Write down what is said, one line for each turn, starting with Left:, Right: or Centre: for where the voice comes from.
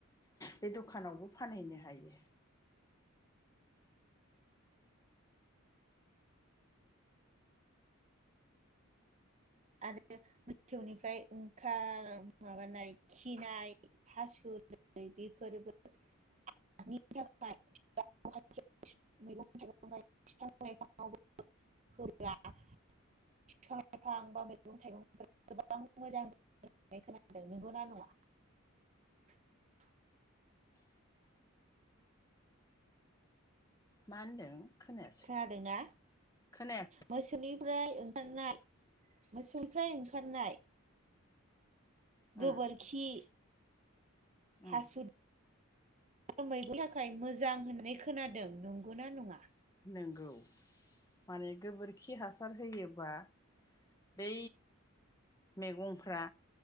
Left: बे <unintelligible> दखानावबो फानहैनो हायो
Right: आरो मोसौनिफ्राय ओंखार माबानाय खिनाय हासु बेफोरबो <unintelligible>
Left: मा होनदों खोनायासै
Right: खोनादोंना
Left: खोनाया
Right: मोसौनि फ्राय ओंखारनाय मोसौनिफ्राय ओंखारनाय
Left: उम
Right: गोबोरखि
Left: उम
Right: हासु आरो मैनि थाखाय मोजां होननाय खोनादों नंगौना नङा
Left: नंगौ माने गोबोरखि हासार होयोब्लाा बै मैगंफ्रा